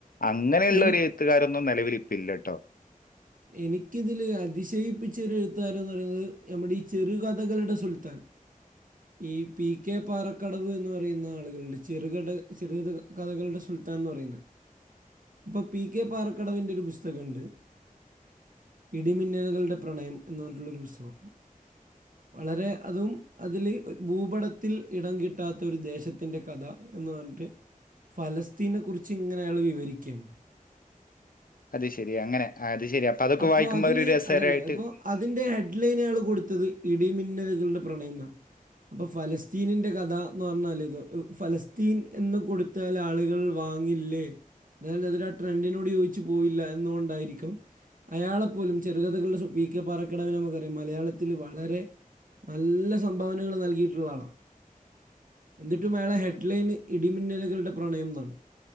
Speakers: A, on the left; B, on the right.
A: അങ്ങനെയുള്ളരു
B: എനിക്ക്
A: എഴുത്തുകാരൊന്നും നിലവിലിപ്പല്ലട്ടോ
B: എനിക്കിതില് അതിശയിപ്പിച്ച ഒരു എഴുത്തുകാരൻ എന്ന് പറയുന്നത് നമ്മുടെ ഈ ചെറുകഥകളുടെ സുൽത്താൻ
A: <inaudible>
B: ഈ പി കെ പാറക്കടവ് എന്ന് പറയുന്ന ആളുകളുടെ ചെറ ചെറു കഥകളുടെ സുൽ സുൽത്താൻന്ന് പറയുന്ന അപ്പൊ പി കെ പാറക്കടവിന്റെ ഒരു പുസ്തകണ്ട് ഇടിമിന്നലുകളുടെ പ്രണയം എന്ന് പറഞ്ഞിട്ടുള്ളൊരു പുസ്തകം വളരെ അതും അതില് ഭൂപടത്തിൽ ഇടം കിട്ടാത്ത ഒരു ദേശത്തിൻ്റെ കഥ എന്ന് പറഞ്ഞിട്ട് ഫലസ്തീനെ കുറിച്ച് ഇങ്ങനെ അയാൾ വിവരിക്കയാണ്
A: അത് ശരി അങ്ങനെ ശരി അതൊക്കെ
B: അപ്പൊ
A: വായിക്കുമ്പോ
B: അതില്
A: ഒരു രസകരമായിട്ട്
B: അതന്നെ അപ്പൊ അതിന്റെ ഹെഡ്ലൈന്കള് കൊടുത്തത് ഇടിമിന്നല്കളുടെ പ്രണയം എന്നാണ് അപ്പൊ ഫലസ്തീനിന്റെ കഥ എന്ന് പറഞ്ഞാൽ ഇത് ഫലസ്തീൻ എന്ന് കൊടുത്താൽ ആളുകൾ വാങ്ങില്ലേ അതായത് അതിനാ ആ ട്രെൻഡിനോട് യോജിച്ചു പോവില്ല അതെന്നു കൊണ്ടായിരിക്കും അയാളെപ്പോലും ചെറുകഥകളുടെ പീ. കെ പാറക്കടവിനു പകരം മലയാളത്തില് വളരെ നല്ല സംഭാവനകള് നല്കിയിട്ടുള്ള ആളാ എന്നിട്ടും അയാളെ ഹെഡ്ലൈന് ഇടിമിന്നലുകളുടെ പ്രണയം എന്നാണ്